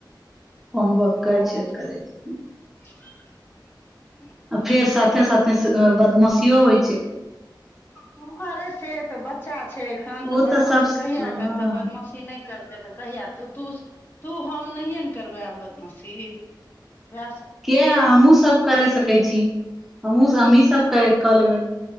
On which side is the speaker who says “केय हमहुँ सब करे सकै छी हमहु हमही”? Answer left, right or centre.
Centre